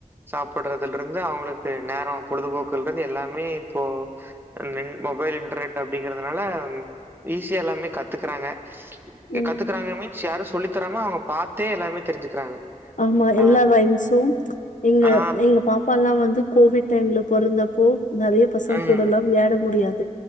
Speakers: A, on the right; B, on the left.
A: சாப்பட்றதுல இருந்து அவுங்களுக்கு நேரோ பொழுதுபோக்குல்ட்ருந்து எல்லாமே இப்போ அ நின் மொபைல் இன்டர்நெட் அப்படிங்கறதுனால ம் ஈஸியா எல்லாமே கத்துக்குறாங்க
B: ம்
A: கத்துக்கறாங்க மீன்ஸ் யாரு சொ சொல்லித்தராம அவுங்க பார்த்தே எல்லாமே தெரிஞ்சுக்கிறாங்க
B: ஆமா
A: ஆ,
B: எல்லா ரைம்ஸும் எங்க
A: ஆ,
B: எங்க பாப்பால்லா வந்து கோவிட் டைம்ல பொறந்தப்போ நெறைய பசங்
A: ம்,
B: கூட
A: ம்,
B: ல்லா வெளையாட முடியாது